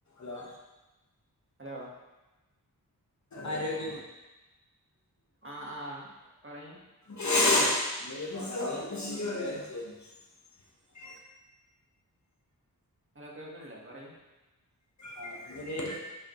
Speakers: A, on the left; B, on the right.
A: ലാ
B: ഹലോ
A: ആരോഗ
B: ആഹ ആഹ പറയും
A: <unintelligible>
B: ഹലോ കേൾക്കണില്ലേ പറൂ
A: ആ എ <unintelligible>